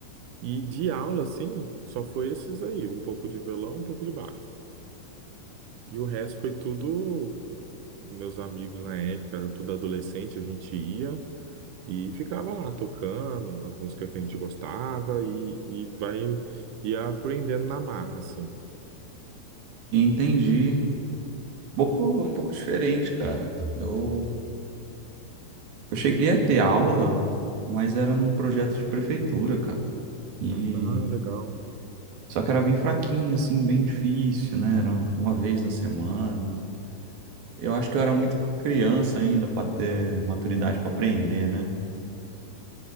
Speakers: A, on the right (about 80°); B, on the right (about 60°).
A: E de aula, sim, só foi esses aí, um pouco de violão, um pouco de baixo. E o resto foi tudo, meus amigos na época, era tudo adolescente, a gente ia e ficava lá tocando as músicas que a gente gostava e, e vai, ia aprendendo na marra, assim.
B: Entendi. Pouco, pouco diferente, cara. Eu, eu cheguei a ter aula, mas era num projeto de prefeitura, cara. E
A: Ah, legal,
B: só que era bem fraquinho, assim, bem difícil, né? Era uma vez na semana. Eu acho que eu era muito criança ainda para ter maturidade para aprender, né?